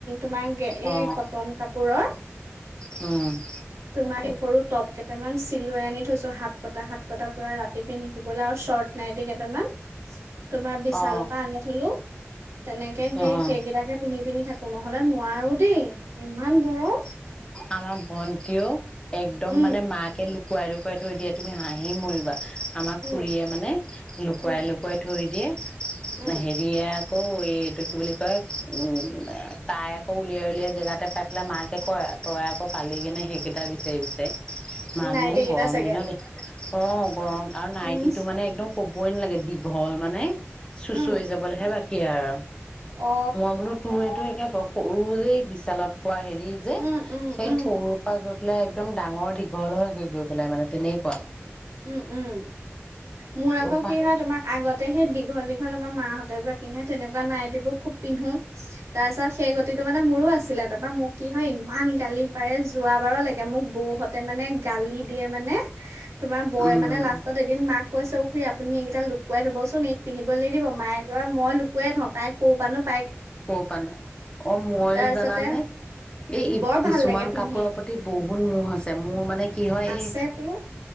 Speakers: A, on the right; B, on the left.
A: তোমাৰ
B: অ
A: এই কটন কাপোৰৰ
B: উম
A: তোমাৰ এই সৰু টপ কেইটামান চিলুৱাই আনি থৈছো হাত পতা হাত কটা পৰা ৰাতি পিন্ধি শুবলৈ আৰু শ্বৰ্ট নাই নাই দেই কেইটা মান তোমাৰ বিশালৰ
B: অ
A: পৰা আনি থলো তেনেকে সেই
B: অ
A: সেইকেইটাকে পিন্ধি পিন্ধি থাকো নহ'লে নোৱাৰো দেই ইমান গৰম
B: আমাৰ ভণ্টিও একদম
A: উম
B: মানে মাকে খোৱাই থৈ দিয়ে তুমি হাঁহি মৰিবা আমাৰ
A: উম
B: খুৰীয়ে মানে লুকুৱাই
A: উম
B: লুকুৱাই থৈ দিয়ে
A: উম
B: না হেৰিক অ এইটো কি বুলি কয় উম তাই আকৌ উলিয়াই উলিয়াই জেগাতে পা এইফালে মাকে কয় তই আকৌ পালি গেনে সেইকেইটা বিচাৰি বিচাৰি। মানে
A: নাইটি কেইটা
B: গৰম
A: চাগে
B: দিনত অ গম আৰু নাইটিটো
A: উম
B: মানে একদম ক'বই নালাগে দীঘল মানে চুচৰি
A: উম
B: যাবলৈহে বাকী আৰু
A: অ
B: মই বোলো তৰে তো একে সৰুৰেই বিশালত কোৱা হেৰি যে
A: উম উম
B: সেই
A: উম
B: সৰু পৰা গৈ পেলাই একদম ডাঙৰ দীঘল হৈ গৈ গৈ পেলাই মানে তেনেকুৱা
A: উম উম মোৰ আকৌ
B: উপা
A: কি হয় তোমাৰ আগতে সেই দীঘল দী। 'ল আমাৰ মাহঁতে যে পিন্ধে তেনেকুৱা নাইটিবোৰ খুব পিন্ধো তাৰপিছত সেই গতিটো মানে মোৰো আছিলে তাৰপা মোক কি হয় ইমান গালি পাৰে যোৱা বাৰ লৈকে মোক বৌহতে মানে গালি দিয়ে মানে তোমাৰ বৌয়ে
B: উম
A: মানে লাষ্টত এদিন মাক কৈ খুৰী আপুনি এইেইটা লুকাই থবচোন এক পিন্ধিবলৈ নি দিব মায়ে ক মই লোকো থৌও
B: ক' পৰা নাই অ মইো
A: তাৰপিছতে
B: জানানানে এই
A: বৰ ভাল
B: কিছুমান
A: লাগে পিন্ধি
B: কাপোৰৰ প্ৰতি বহুত ম আছে মোৰ মানে কি হয়
A: আছে
B: এই
A: তোৰ